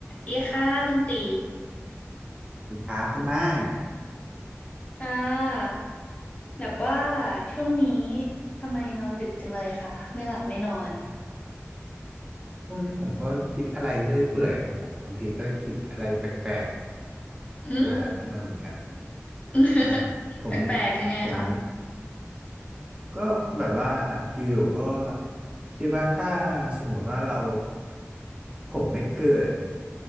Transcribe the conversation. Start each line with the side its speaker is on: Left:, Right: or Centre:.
Left: ดีค่ะคุณตี
Right: สวัสดีครับคุณไม้
Left: ค่ะแบบว่าช่วงนี้ทำไมนอนดึกจังเลยคะไม่หลับไม่นอน
Right: พวกนี้ผมก็คิดอะไรเรื่อยเปื่อยครับผมบางทีก็คิดอะไรแปลกๆมาขึ้นมาเหมือนกัน
Left: อืม <laughs>
Right: ใช่ผม
Left: แปลกๆยังไงคะ
Right: ผมก็แบบว่าอยู่ๆก็คิดว่าถ้าสมมติว่าเราผมได้เกิด